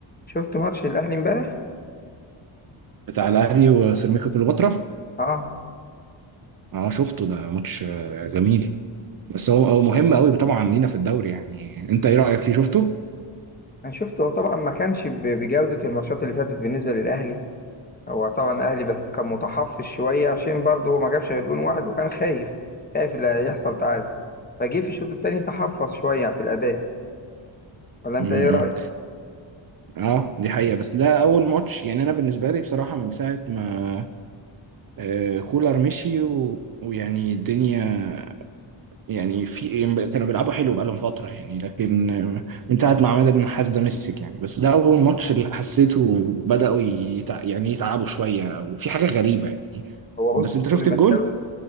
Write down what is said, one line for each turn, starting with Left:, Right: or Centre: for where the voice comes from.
Left: شفت ماتش الاهلي امبارح
Right: بتاع الاهلي وسيراميكا كليوباترا
Left: اه
Right: اه شفته ده ماتش آه، جميل بس هو هو مهم قوي طبعا لينا في الدوري يعني انت ايه رايك فيه شفته
Left: انا شفته هو طبعا ما كانش ب- بجودة الماتشات اللي فاتت بالنسبة للاهلي هو طبعا الاهلي بس كان متحفظ شوية عشان برضه هو ما جابش غير جون واحد وكان خايف خايف لا يحصل تعادل فجه في الشوط التاني تحفظ شوية في الاداء ولا انت
Right: امم
Left: ايه رأيك
Right: اه دي حقيقه بس ده اول ماتش يعني انا بالنسبه لي بصراحه من ساعه ما آه كولر مشي و... ويعني الدنيا يعني في إيه، كانوا بيلعبوا حلو بقالهم فتره يعني لكن آه، من ساعه ما عماد النحاس ده مسك يعني بس ده اول ماتش اللي حسيته بداوا يتع... يعني يتعبوا شويه او في حاجه غريبه يعني
Left: هو
Right: بس
Left: بص
Right: انت
Left: كل
Right: شفت
Left: ما
Right: الجول؟
Left: الدوري